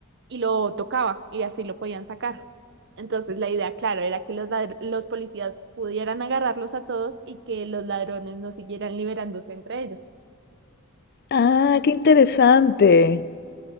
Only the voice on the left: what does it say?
Ah, qué interesante.